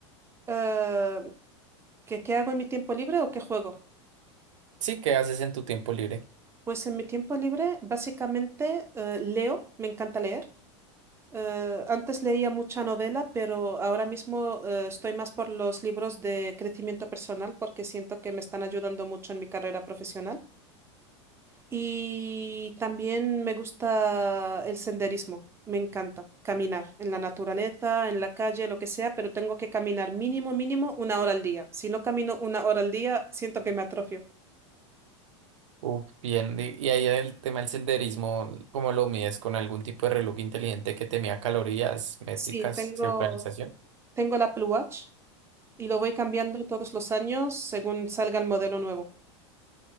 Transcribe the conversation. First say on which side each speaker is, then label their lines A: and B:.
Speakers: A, on the right; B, on the right.
A: Eh, ¿qué, qué hago en mi tiempo libre o qué juego?
B: Sí, ¿qué haces en tu tiempo libre?
A: Pues en mi tiempo libre básicamente eh, leo, me encanta leer. Eh, antes leía mucha novela, pero ahora mismo eh, estoy más por los libros de crecimiento personal porque siento que me están ayudando mucho en mi carrera profesional. Y también me gusta el senderismo, me encanta caminar en la naturaleza, en la calle, lo que sea, pero tengo que caminar mínimo, mínimo una hora al día. Si no camino una hora al día, siento que me atrofio.
B: Uf, bien. Y, y ahí el tema del senderismo, ¿cómo lo mides? ¿Con algún tipo de reloj inteligente que te mida calorías, métricas,
A: Sí, tengo,
B: geocalización?
A: tengo el Apple Watch y lo voy cambiando todos los años según salga el modelo nuevo.